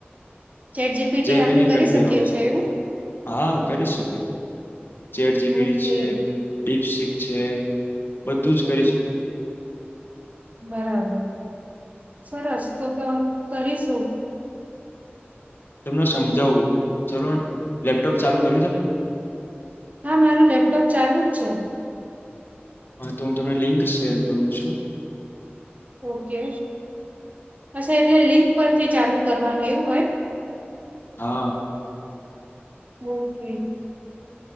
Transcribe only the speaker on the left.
જેમીની
દેવાનું
હા કરી શકાય, ચેટ જીપીટી
છે. બિપસિક છે, બધું જ કરી શકાય.
તમને સમજાવું, ચલો લેપટોપ ચાલુ કર્યું છે.
હા તો હું તમને લિંક શેર કરું છું.
હા.